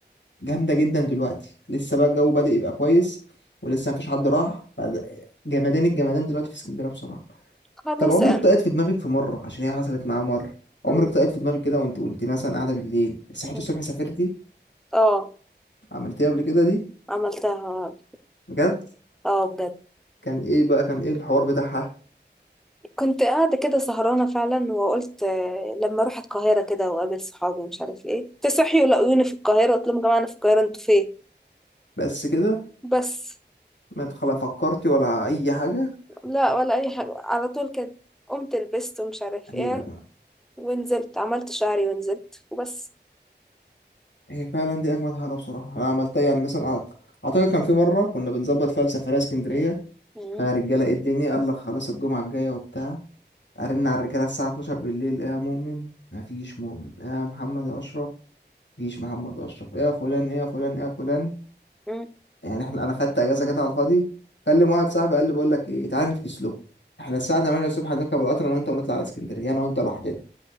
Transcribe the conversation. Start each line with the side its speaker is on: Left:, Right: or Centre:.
Left: جامدة جدا دلوقتي لسه بقى الجو بدأ يبقى كويس ولسه مفيش حد راح فد- جمدان الجمدان دلوقتي في اسكندرية بصراحة
Centre: خلاص
Left: طب عمرك
Centre: يعني.
Left: طقت في دماغك في مرة عشان هي حصلت معايا مرة
Centre: مم.
Left: عمرك طقت في دماغك كده وانت وانت مثلا قاعدة بالليل صحيت
Centre: مم.
Left: الصبح سافرتي
Centre: اه
Left: عملتيها قبل كده دي
Centre: عملتها
Left: بجد
Centre: اه بجد
Left: كان ايه بقى كان ايه الحوار بتاعها
Centre: كنت قاعدة كده سهرانة فعلا وقلت آه، لما اروح القاهرة كده واقابل صحابي مش عارف ايه تصحي ولاقوني في القاهرة قلت لهم يا جماعة انا في القاهرة انتوا فين
Left: بس كده
Centre: بس
Left: ما تخلا فكرتي ولا أي حاجة
Centre: لا ولا اي حاجة على طول كده قمت لبست ومش عارف
Left: عجيبة
Centre: ايه
Left: يا جماعة
Centre: ونزلت عملت شعري ونزلت وبس
Left: هي فعلا دي أجمد حاجة بصراحة أنا عملتها يعني مثلا أعت- أعتقد كان في مرة كنا بنظبط فيها السفرية اسكندرية
Centre: مم.
Left: فالرجالة ايه الدنيا قال لك خلاص الجمعة الجاية وبتاع ارن على الرجاله الساعه 12 بالليل ايه يا مؤمن مفيش مؤمن ايه يا محمد يا اشرف مفيش محمد اشرف ايه يا فلان ايه يا فلان ايه يا فلان
Centre: مم.
Left: يعني احنا انا خدت اجازه كده على الفاضي كلم واحد صاحبي قال لي بقول لك ايه تعالى نفكس له احنا الساعه 8 الصبح هنركب القطر انا وانت ونطلع على اسكندريه انا وانت لوحدنا